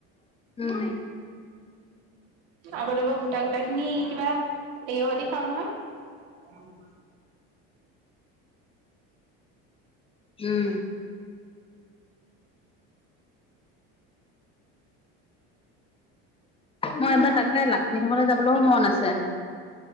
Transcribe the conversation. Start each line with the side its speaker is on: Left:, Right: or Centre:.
Left: উম।
Right: আগতে বৰ গোটা গোটা খিনি কিবা হেৰিহতে খাওঁ নহয়।
Left: উম। মই এইবাৰ তাকে লাকীহেত ঘৰলৈ যাবলৈও মন আছে।